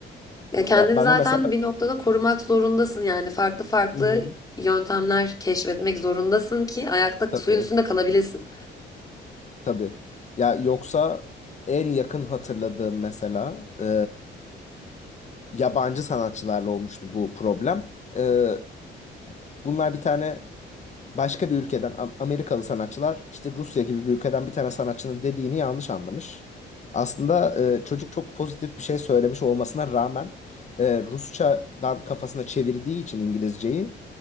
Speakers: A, on the left; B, on the left.
A: Ya kendini
B: Ya bana
A: zaten
B: mesela
A: bir noktada korumak zorundasın yani farklı farklı
B: Hı hı.
A: yöntemler keşfetmek zorundasın ki ayakta
B: tabii
A: suyun üstünde kalabilesin.
B: Tabii. Ya yoksa en yakın hatırladığım mesela e, yabancı sanatçılarla olmuştu bu problem. E, bunlar bir tane başka bir ülkeden Am- Amerikalı sanatçılar işte Rusya gibi bir ülkeden bir tane sanatçının dediğini yanlış anlamış. Aslında e, çocuk çok pozitif bir şey söylemiş olmasına rağmen e, Rusçadan kafasına çevirdiği için İngilizceyi